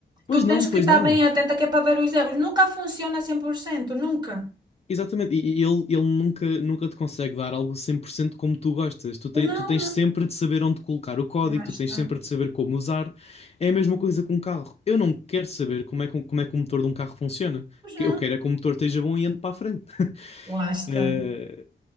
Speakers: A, on the left (about 35°); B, on the right (about 20°).
A: Pois
B: Tu
A: não,
B: tens
A: pois
B: que estar
A: não.
B: bem atenta que é para ver os erros. Nunca funciona 100% nunca.
A: Exatamente, e e ele, ele nunca, nunca te consegue dar algo 100% como tu gostas. Tu, tem,
B: Não,
A: tu tens
B: não.
A: sempre de saber onde colocar o código,
B: Lá
A: tu
B: está.
A: tens sempre de saber como usar. É a mesma coisa com um carro. Eu não quero saber como é que, um- como é que o motor de um carro funciona.
B: Pois
A: O
B: não.
A: que Eu quero é que o motor esteja bom e ande para a frente. <laughs>
B: Lá está.
A: Eh,